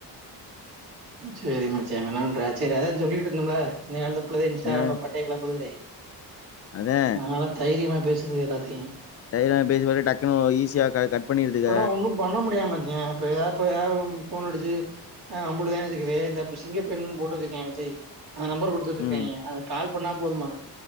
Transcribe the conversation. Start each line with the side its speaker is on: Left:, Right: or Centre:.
Right: சேரி மச்சி என்ன பண்ற சரி அதா சொல்லிட்டு இருந்தோம்ல அந்த புள்ள தா இன்ஸ்டாகிராம்ல
Left: ஆ
Right: பட்டைய கேளபுதுனு
Left: அதா
Right: அதனால தைரியமா பேசுது எல்லாத்தையு
Left: தைரியமா பேசும்போதே டக்குன்னனு ஈஸியா கட் பண்ணிருதுக
Right: இப்பல்லா ஒன்னு பண்ண முடியாது மச்சா இப்பப்ப போன் அடிச்சு அம்புட்டு தா வச்சக்கு வே இப்ப இந்த சிங்க பென்னு போட்டு வச்சிருக்க விஜய் அந்த நம்பர் கொடுத்து வச்சிருக்காங்க
Left: ம்
Right: அத கால் பண்ணா போதுமா